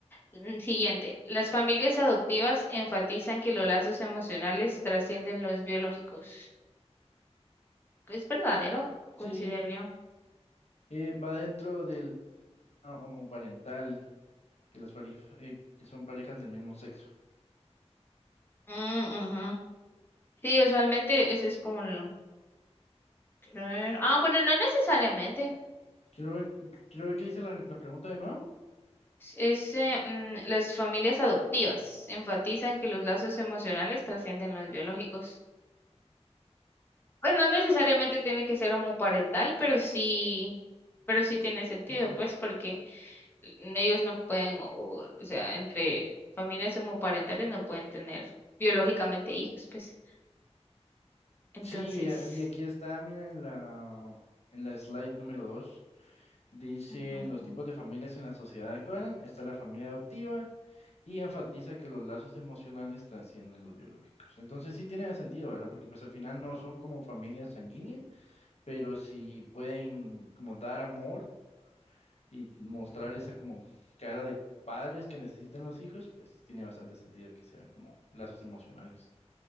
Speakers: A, on the left; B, on the left.
A: mm, siguiente. Las familias adoptivas enfatizan que los lazos emocionales trascienden los biológicos. Es verdadero, considero
B: Sí,
A: yo.
B: eh, va dentro del ah, homoparental, que las parejas, que son parejas del mismo sexo.
A: Mm, ujú. Sí, usualmente ese es como lo... creo- Ah, bueno, no necesariamente.
B: Quiero ver, quiero ver qué dice la, la pregunta de nuevo.
A: Es, eh, mm, las familias adoptivas enfatizan que los lazos emocionales trascienden los biológicos. Pues no necesariamente tiene que ser homoparental, pero sí, pero sí tiene sentido,
B: Mm,
A: pues, porque n- ellos no pueden, o, o sea, entre familias homoparentales no pueden tener biológicamente hijos, pues. Entonces,
B: Sí, eh, y aquí está, mira, en la, en la slide número 2. Dicen
A: Ujú, ujú.
B: los tipos de familias en la sociedad actual, está la familia adoptiva y enfatiza que los lazos emocionales trascienden los biológicos. Entonces sí tiene sentido, ¿verdad? Porque pues al final no son como familias sanguíneas, pero sí pueden como dar amor y mostrar esa como cara de padres que necesitan los hijos, pues tiene bastante sentido que sean como lazos emocionales.